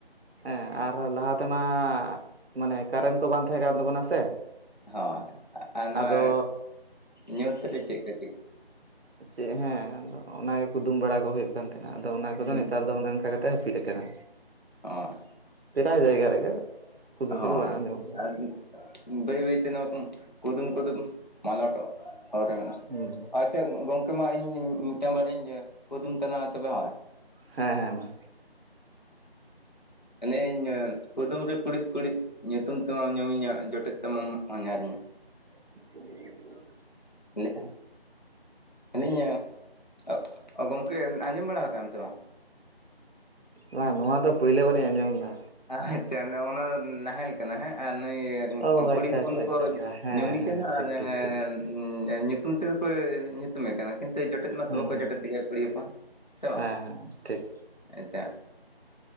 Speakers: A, on the right; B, on the left.
A: ᱦᱮᱸ ᱟᱨ ᱞᱟᱦᱟ ᱛᱮᱢᱟ ᱢᱟᱱᱮ ᱠᱟᱨᱮᱱᱴ ᱠᱚ ᱵᱟᱝ ᱛᱟᱦᱮᱸ ᱠᱟᱱ ᱛᱟᱵᱚᱱᱟ ᱥᱮ
B: ᱦᱚᱭ ᱟᱨ ᱱᱚᱣᱟ
A: ᱟᱫᱚ
B: ᱧᱩᱛ ᱨᱮ ᱪᱮᱫ ᱠᱚ ᱪᱤᱠ
A: ᱪᱮᱜ ᱦᱮᱸ ᱟᱫᱚ ᱚᱱᱟᱜᱮ ᱠᱩᱫᱩᱢ ᱵᱟᱲᱟ ᱠᱚ ᱦᱩᱭᱩᱜ ᱠᱟᱱ ᱛᱟᱦᱮᱱᱟ ᱟᱫᱚ ᱚᱱᱟ ᱠᱚᱫᱚ
B: ᱦᱩᱸ
A: ᱱᱮᱛᱟᱨ ᱫᱚ ᱚᱱᱮ- ᱚᱱᱠᱟ ᱠᱟᱛᱮᱛ ᱦᱟᱹᱯᱤᱫ ᱠᱟᱱᱟ
B: ᱦᱚᱭ
A: ᱯᱨᱟᱭ ᱡᱟᱭᱜᱟ ᱨᱮᱜᱮ ᱠᱩᱫᱩᱢ ᱠᱚᱫᱚ
B: ᱦᱳᱭ
A: ᱵᱟᱝ ᱟᱸᱡᱚᱢᱚᱜ ᱜᱮᱭᱟ᱾
B: ᱟᱨ ᱵᱟᱹᱭ ᱵᱟᱹᱭᱛᱮ ᱱᱚᱣᱟ ᱠᱚ ᱠᱩᱫᱩᱢ ᱠᱩᱫᱩᱢ ᱢᱟᱞᱚᱴᱚᱜ ᱦᱚᱨ ᱨᱮ ᱢᱮᱱᱟᱜ
A: ᱦᱩᱸ
B: ᱟᱪᱪᱷᱟ ᱜᱚᱝᱠᱮ ᱢᱟ ᱤᱧ ᱢᱤᱫᱴᱟᱝ ᱵᱟᱨᱭᱟᱹᱧ ᱮᱸ ᱠᱩᱫᱩᱢ ᱛᱟᱞᱟᱝᱟ ᱛᱚᱵᱮ ᱦᱚᱭ
A: ᱦᱮᱸ ᱦᱮᱸ ᱢᱟ
B: ᱞᱟᱹᱭᱟᱹᱧ ᱠᱩᱫᱩᱢ ᱨᱮ ᱠᱩᱬᱤᱫ ᱠᱩᱬᱤᱫ ᱧᱩᱛᱩᱢ ᱛᱮᱢᱟᱢ ᱧᱩᱢ ᱤᱧᱟ ᱡᱚᱴᱮᱫ ᱛᱮᱢᱟᱢ ᱦᱚᱧᱦᱟᱨ ᱤᱧᱟ
A: <inaudible>
B: ᱞᱮᱜ-ᱟ ᱢᱮᱱᱮᱫ ᱟᱹᱧ ᱚᱜ ᱚ ᱜᱚᱝᱠᱮ ᱟᱸᱡᱚᱢ ᱵᱟᱲᱟ ᱠᱟᱜ-ᱟᱢ ᱥᱮ ᱵᱟᱝᱟ?
A: ᱵᱟᱝ ᱱᱚᱣᱟ ᱫᱚ ᱯᱳᱭᱞᱳ ᱵᱟᱨᱤᱧ ᱟᱸᱡᱚᱢ ᱫᱟ
B: ᱟᱪᱪᱷᱟ ᱱᱚᱜ-ᱚ ᱱᱚᱣᱟ ᱫᱚ ᱱᱟᱦᱮᱞ ᱠᱟᱱᱟ ᱦᱮᱸ ᱟᱨ ᱱᱩᱭ
A: ᱚ
B: ᱠᱩᱲᱤ
A: ᱟᱪᱪᱷᱟ
B: ᱦᱚᱯᱚᱱ
A: ᱟᱪᱪᱷᱟ
B: ᱫᱚᱠᱚ
A: ᱟᱪᱪᱷᱟ ᱟᱪᱪᱷᱟ ᱦᱮᱸ
B: ᱧᱩᱢᱮ
A: ᱦᱮᱸ
B: ᱠᱟᱱᱟ
A: ᱴᱷᱤᱠ
B: ᱟᱨ ᱮᱸᱻ
A: ᱴᱷᱤᱠ ᱴᱷᱤᱠ
B: ᱩᱸ ᱮ ᱧᱩᱛᱩᱢ ᱛᱮᱫᱚ ᱠᱚ ᱧᱩᱛᱩᱢᱮ ᱠᱟᱱᱟ ᱠᱤᱱᱛᱩ ᱡᱚᱴᱮᱫ ᱢᱟᱛᱚ
A: ᱦᱩᱸ
B: ᱵᱟᱠᱚ
A: ᱦᱩᱸ
B: ᱡᱚᱴᱮᱫ ᱮᱭᱟ ᱠᱩᱲᱤ ᱦᱚᱯᱚᱱ ᱥᱮ ᱵᱟᱝ
A: ᱦᱮᱸ ᱦᱮᱸ ᱴᱷᱤᱠ
B: ᱟᱪᱪᱷᱟ